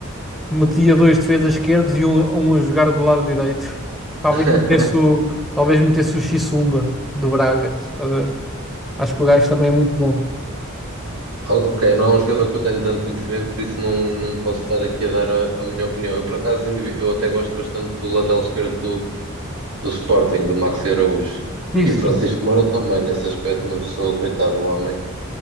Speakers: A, in the centre; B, on the right.
A: metia dois defesas esquerdos e um, um a jogar do lado direito. Talvez
B: <laughs>
A: metesse o, talvez metesse o Chissumba do Braga. Estás a ver? Acho que o gajo também é muito bom.
B: Ok, não é um jogador que eu tenho tanto conhecimento, por isso não, não posso estar aqui a dar a, a minha opinião. Eu, por acaso, indivi- eu até gosto bastante do lateral esquerdo do, do Sporting, do Maxi Araújo.
A: Isso.
B: E Francisco
A: Sim.
B: Moura também, nesse aspecto, uma pessoa, coitado do homem.